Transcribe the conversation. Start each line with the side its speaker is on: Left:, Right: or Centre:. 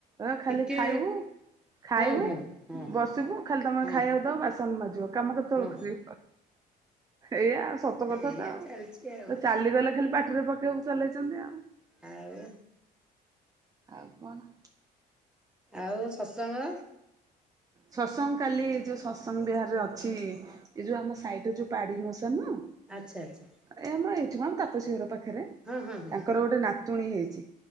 Right: ଏ ଖାଲି
Centre: ଟିକେ
Right: ଖାଇବୁ ଖାଇବୁ
Centre: ହୁଁ ହୁଁ ହୁଁ ହୁଁ
Right: ବସିବୁ ଖାଲି ତମେ
Centre: ହୁଁ
Right: ଖାଇବାକୁ ଦବ ବାସନ ମାଜିବ। କାମ କେତେବେଳେ
Centre: ହୁଁ
Right: କରିବ?
Centre: ହୁଁ
Right: ଏଇଆାଉ ସତ କଥା।
Centre: ଏଇଆ
Right: ଆଉ
Centre: ଚାଲିଛି ଆଉ
Right: ତ ଚାଲିଗଲେ ଖାଲି ପାଟିରେ ପକେଇବାକୁ ଚଲେଇଚନ୍ତି ଆଉ।
Centre: ଆଉ?
Right: ଆଉ କଣ?
Centre: ଆଉ ସତ୍ସଙ୍ଗ?
Right: ସତ୍ସଙ୍ଗ କାଲି ଯୋଉ ସତ୍ସଙ୍ଗ ବିହାରରେ ଅଛି ଏ ଯୋଉ ଆମ ସାଇଟରେ ଯୋଉ ପାଡି ମଶା ନୁହ?
Centre: ଆଚ୍ଛା ଆଚ୍ଛା।
Right: ଏ ଆମ ଏଇଠି ମ ତାପସି ଘର ପାଖରେ।
Centre: ହଁ ହଁ ହଁ
Right: ତାଙ୍କର ଗୋଟେ ନାତୁଣୀ ହେଇଚି।